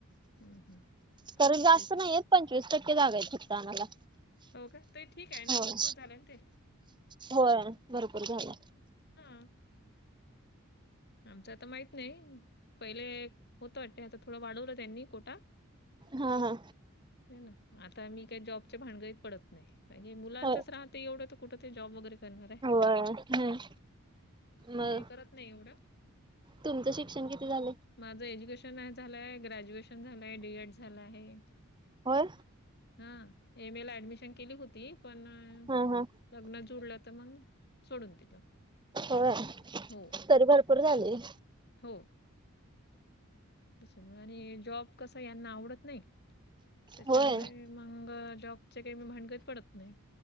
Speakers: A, on the left; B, on the right.
A: हं, हं.
B: तरी जास्त
A: तेच.
B: नाही येत पंचवीस टक्के जागा आहेत फक्त आम्हाला
A: हो का ते ठीक आहे ना
B: होय
A: भरपूर झालंय ना ते
B: होय भरपूर झालं
A: हा आमचं आता माहित नाही पहिले होत वाट आता थोडं वाढवलं त्यांनी कोटा
B: हो हो
A: नाही ना आता मी काय जॉबच्या भानगडीत पडत नाही हे मुलांचंच
B: हो
A: राहते एवढं तर कुठं ते जॉब वगैरे करणार आहे
B: हो हम्म
A: त्याच्यामुळे मी
B: मग
A: काय करत नाही एवढं
B: तुमचं शिक्षण किती झालंय
A: माझं एज्युकेशन झालं आहे ग्रॅज्युएशन झालं आहे डीएड झालं आहे
B: होय.
A: हा एमए ला ऍडमिशन केली होती पण
B: हा हा
A: लग्न जुडलं तर मग सोडून दिलं
B: हो
A: हो
B: तरी भरपूर झालय.
A: हो त्याच्यामुळे आणि जॉब कस यांना आवडत नाही त्याच्यामुळे
B: होय
A: मग जॉबच्या काय मी भानगडीत पडत नाही